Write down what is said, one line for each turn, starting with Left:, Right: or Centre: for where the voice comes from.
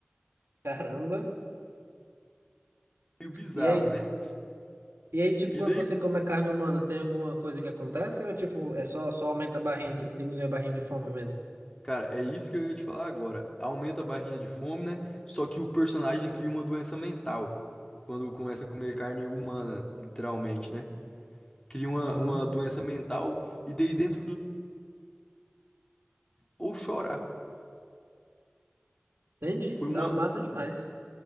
Right: Caramba.
Left: meio bizarro,
Right: E aí,
Left: né?
Right: E aí, tipo,
Left: E
Right: quando
Left: daí,
Right: você come a carne humana, tem alguma coisa que acontece? Ou, é, tipo, é só, só aumenta a barrinha, de- diminui a barrinha de fome mesmo?
Left: Cara, é isso que eu ia te falar agora. Aumenta a barrinha de fome, né? Só que o personagem cria uma doença mental quando começa a comer carne humana, literalmente, né? Cria uma,
Right: Uhum.
Left: uma doença mental e daí dentro do... ou chorar.
Right: Entendi.
Left: Foi
Right: Não,
Left: uma,
Right: massa demais.